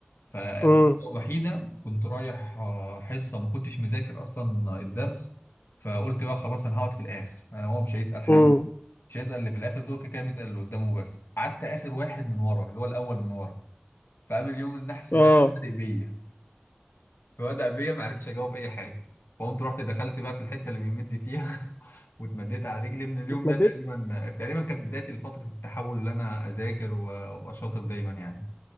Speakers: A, on the left; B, on the left.
A: فالمره
B: امم
A: الوحيده كنت رايح آه، حصه ما كنتش مذاكر اصلا الدرس فقلت بقى خلاص انا هقعد في الاخر انا هو مش هيسال حد
B: امم
A: مش هيسال اللي في الاخر دول كده كده بيسال اللي قدامه بس قعدت اخر واحد من ورا اللي هو الاول من ورا فقام اليوم النحس
B: اه
A: ده قام بادئ بيا فبدأ بيا ما عرفتش اجاوب اي حاجه فقمت رحت دخلت بقى في الحته اللي بيمد فيها <laughs> واتمديت على رجلي من اليوم
B: واتمددت
A: ده تقريبا تقريبا كانت بدايتي لفتره التحول اللي انا اذاكر و- وابقى شاطر دايما يعني